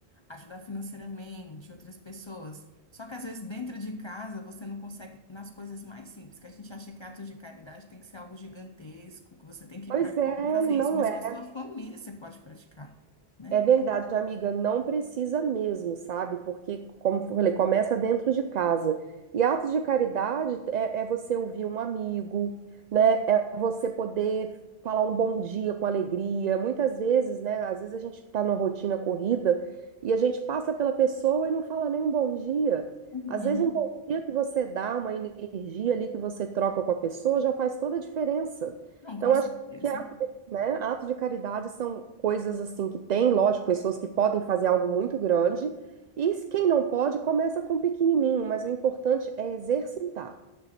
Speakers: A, on the left; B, on the right.
A: ajudar financeiramente outras pessoas. Só que às vezes dentro de casa você não consegue nas coisas mais simples, que a gente acha que atos de caridade tem que ser algo gigantesco, que você tem que
B: Pois
A: ir para
B: é,
A: rua e fazer
B: e não
A: isso, mas
B: é
A: que a sua família você pode praticar, né?
B: É verdade, amiga, não precisa mesmo, sabe? Porque, como eu falei, começa dentro de casa. E atos de caridade é, é você ouvir um amigo, né? É você poder falar um bom dia com alegria. Muitas vezes, né? Às vezes a gente tá numa rotina corrida e a gente passa pela pessoa e não fala nem um bom dia.
A: Uhum.
B: Às vezes, um bom dia que você dá, uma energia ali que você troca com a pessoa já faz toda a diferença.
A: Não,
B: Então,
A: com certeza.
B: acho que né? Atos de caridade são coisas assim que tem, lógico, pessoas que podem fazer algo muito grande, e quem não pode, começa com um pequenininho, mas o importante é exercitar.